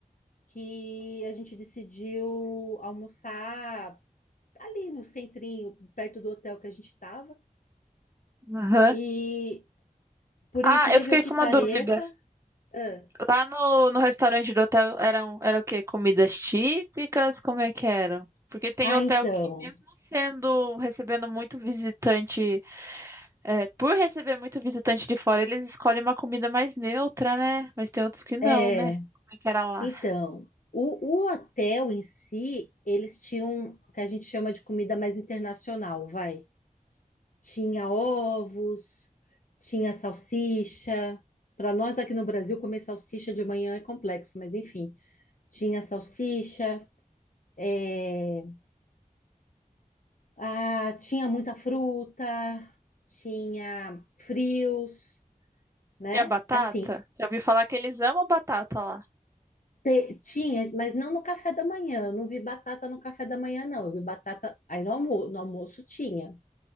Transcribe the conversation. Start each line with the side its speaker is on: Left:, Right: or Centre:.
Left: que a gente decidiu almoçar ali no centrinho, perto do hotel que a gente estava.
Right: Aham.
Left: E por
Right: Ah,
Left: incrível
Right: eu fiquei
Left: que
Right: com
Left: pareça,
Right: uma dúvida.
Left: ah,
Right: Lá no, no restaurante do hotel eram, era o quê? Comidas típicas? Como é que eram? Porque tem
Left: ah,
Right: hotel
Left: então,
Right: que, mesmo sendo, recebendo muito visitante, é, por receber muito visitante de fora, eles escolhem uma comida mais neutra, né? Mas tem outros que não,
Left: é,
Right: né? Como é que era lá?
Left: Então, o, o hotel em si, eles tinham o que a gente chama de comida mais internacional, vai. Tinha ovos, tinha salsicha. Para nós aqui no Brasil, comer salsicha de manhã é complexo, mas enfim, tinha salsicha, é, ah, tinha muita fruta, tinha frios, né?
Right: Tinha batata?
Left: Assim,
Right: Eu ouvi falar que eles amam batata lá.
Left: Te- tinha, mas não no café da manhã. Eu não vi batata no café da manhã, não. Eu vi batata aí no, almo- no almoço tinha.